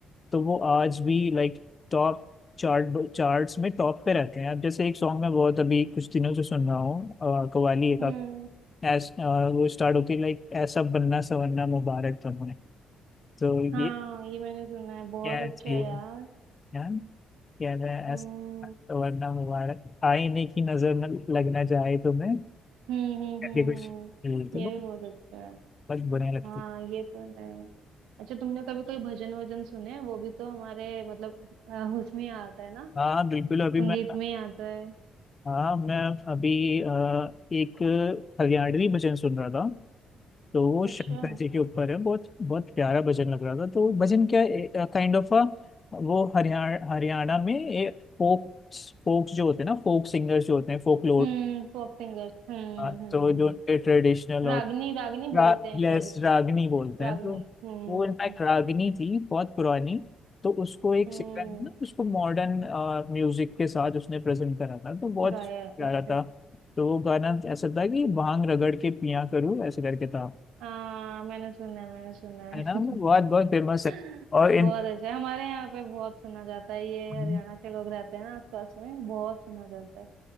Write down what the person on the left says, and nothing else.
तो वो आज भी लाइक टॉप चार्ट चार्ट्स में टॉप पे रहते हैं अब जैसे एक सॉन्ग मैं बहुत अभी कुछ दिनों से सुन रहा हूँ अ, कव्वाली एक
आप- ऐस, अ, वो स्टार्ट होती है लाइक ऐसा बनना सवरना मुबारक तुम्हें तो
ये
क्या
चाहिए
यार क्या है
ऐसा वरना मुबारक आईने की नजर न लगना चाहे तुम्हें
करके
कुछ
बोलते
हो
बस बुरा लगते
हाँ बिल्कुल अभी
मैं
हाँ मैं अभी अ, एक हरियाणवी भजन सुन रहा था तो वो शंकर
जी के ऊपर है बहुत बहुत प्यारा भजन लग रहा था तो भजन क्या काइंड ऑफ अ वो हरियाणा हरियाणा में ए, फोक फोक्स जो होते हैं ना फोक सिंगर्स जो होते हैं फोक
हाँ,
तो जो
उनके ट्रेडिशनल
और
रा,
लेस
रागनी बोलते
हैं तो
वो इनफैक्ट
रागनी थी बहुत पुरानी तो उसको एक
सिक्का है ना उसको मॉडर्न म्यूजिक के साथ उसने प्रेजेंट करा था तो बहुत
प्यारा
था तो वो गाना ऐसा था कि भांग रगड़ के पिया करूँ ऐसे करके था
है
ना वो बहुत बहुत फेमस है
और
इनफैक्ट